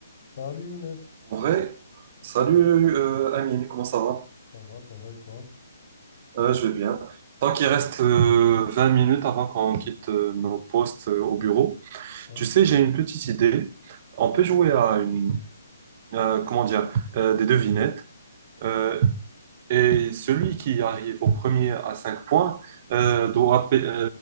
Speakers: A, on the left; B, on the right.
A: Salut Younes,
B: En vrai, salut euh, Amine, comment ça va?
A: ça va, ça va et toi?
B: Euh, je vais bien. Tant qu'il reste euh, 20 minutes avant qu'on quitte euh, nos postes euh, au bureau,
A: Ouais,
B: tu sais, j'ai une petite idée. On peut jouer à une, euh, comment dire, euh, des devinettes. euh, et celui qui arrive au premier à 5 points euh, doit payer,